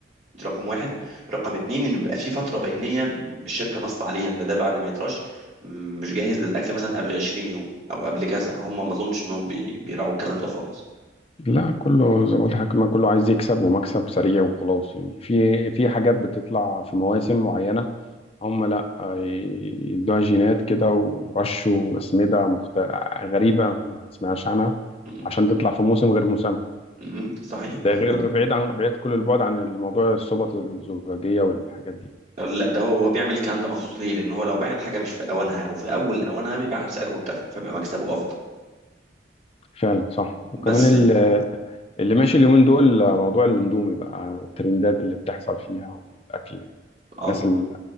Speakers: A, on the right; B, on the left.
A: دي رقم واحد رقم اتنين ان بيبقى في فتره بينيه الشركه نص عليها ان ده بعد ما يترش م- مش جاهز للاكل مثلا قبل 20 يوم او قبل كذا هم ما اظنش انهم بي- بيراعوا الكلام ده خالص
B: لا كله زي ما قلت لحضرتك ما كله عايز يكسب ومكسب سريع وخلاص يعني في في حاجات بتطلع في مواسم معينه هم لا آه، يدوها جينات كده ورشوا اسمده مخت... غريبه ما سمعناش عنها
A: م-
B: عشان تطلع في موسم غير موسمها
A: م- صحيح
B: ده غير
A: ود-
B: بعيد عن بعيد كل البعد عن الموضوع الصوبة الزجاجيه والحاجات دي
A: لا ده هو هو بيعمل الكلام ده مخصوص ليه لان هو لو باع الحاجه مش في اوانها او في اول اوانها بيبيعها بسعر مرتفع فبيبقى مكسبه افضل
B: فعلا صح وكمان
A: بس
B: ال- اللي ماشي اليومين دول موضوع الاندومي بقى والترندات اللي بتحصل فيها والاكل ال-
A: اه
B: الناس اللي